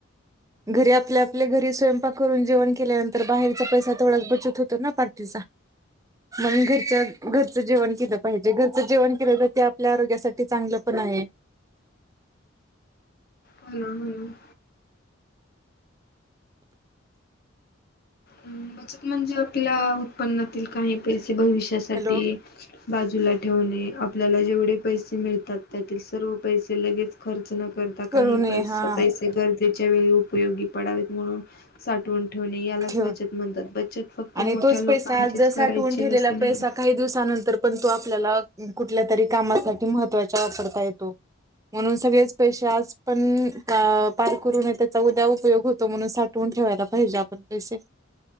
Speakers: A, on the right; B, on the left.
A: घरी आपल्या आपल्या घरी स्वयंपाक करून जेवण केल्यानंतर बाहेरचा पैसा तेवढाच बचत होतोय ना पार्टीचा. म्हणून घरच्या घरचं जेवण कीद पाहिजे घरचं जेवण केल तर ते आपल्या आरोग्यासाठी चांगलं पण आहे.
B: हम्म हम्म. बचत म्हणजे आपल्या उत्पन्नातील काही पैसे भविष्यासाठी.
A: हॅलो
B: बाजूला ठेवणे आपल्याला जेवढे. पैसे मिळतात त्यातील सर्व पैसे लगेच खर्च न करता
A: करू
B: काही
A: नये
B: पैसे
A: हा
B: पैसे गरजे ज्यावेळी उपयोगी पडावेत म्हणून साठवून ठेवणे. यालाच
A: ठेव
B: बचत म्हणतात बचत फक्त
A: आणि
B: मोठ्या
A: तोच
B: लोकांचेच
A: पैसा आज जर
B: करायची
A: साठवून ठेवलेला
B: असे नाही.
A: पैसा काही दिवसानंतर पण तो आपल्याला कुठल्या तरी कामासाठी महत्त्वाचा वापरता येतो. म्हणून सगळेच पैशे आज पण का पार करूनय त्याचा उद्या उपयोग होतो म्हणून साठवून ठेवायला पाहिजे आपण पैशे.